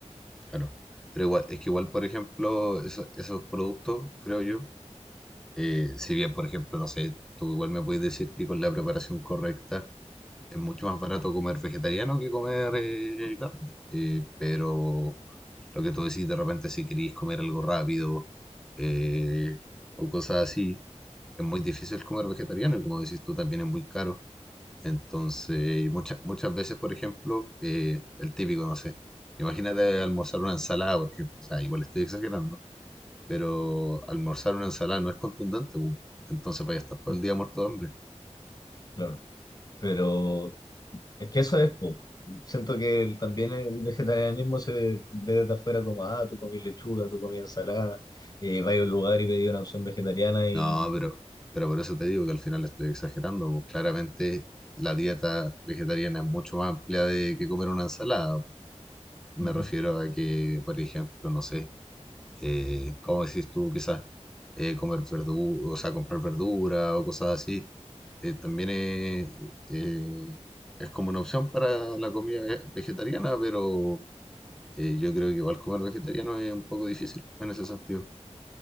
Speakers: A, in the centre; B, on the left (about 35°).
A: Claro. Pero igual, es que igual, por ejemplo, eso- esos productos, creo yo, eh, si bien, por ejemplo, no sé, tú igual me puedes decir que con la preparación correcta es mucho más barato comer vegetariano que comer eh, carne. Eh, pero lo que tú decís de repente, si querís comer algo rápido eh, o cosas así, es muy difícil comer vegetariano y como decís tú, también es muy caro. Entonces, muchas, muchas veces, por ejemplo, eh, el típico, no sé, imagínate almorzar una ensalada, por ejemplo, o sea, igual estoy exagerando, pero almorzar una ensalada no es contundente, bu. entonces vaya a estar todo
B: Mm,
A: el día muerto de hambre.
B: Claro. Pero es que eso es, po. Siento que el- también el vegetarianismo se ve desde afuera como, ah, tú comí lechuga, tú comí ensalada, eh, vas a un lugar y pedí una opción vegetariana y...
A: No, pero, pero por eso te digo que al final la estoy exagerando, pues claramente la dieta vegetariana es mucho más amplia de que comer una ensalada. pues. Me
B: Ujú.
A: refiero a que, por ejemplo, no sé, eh, ¿cómo decís tú? Quizás eh, comer verdura, o sea, comprar verdura o cosas así, eh, también es, eh, es como una opción para la comida ve- vegetariana, pero eh, yo creo que igual comer vegetariano es un poco difícil en ese sentido.